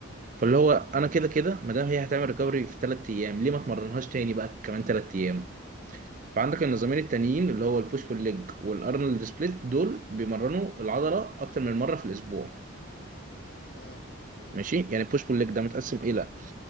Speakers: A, on the right; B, on the left.
A: فاللي هو انا كده كده ما
B: آه.
A: دام هي هتعمل ريكفري في 3 ايام ليه ما اتمرنهاش تاني بقى كمان 3 ايام فعندك النظامين
B: آه.
A: التانيين اللي هو البوش بول ليج والارنولد سبليت دول بيمرنوا العضله اكتر من مره في الاسبوع
B: آه.
A: ماشي يعني البوش بول ليج ده متقسم الى